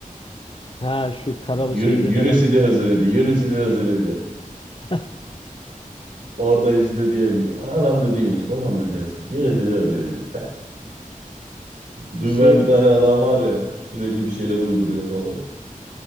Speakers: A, on the left; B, on the right.
A: Ha şu kara
B: Yü-
A: şeyli
B: Yunus
A: falan.
B: idi Hızır idi. Yunus idi Hızır idi.
A: <laughs>
B: Orada işte diye anam dedi Yunus babam dedi Hızır. Yunus dedi Hızır idi. Duymayan
A: Şey
B: bir tane adam var ya sürekli bir şeyler uyduruyor falan.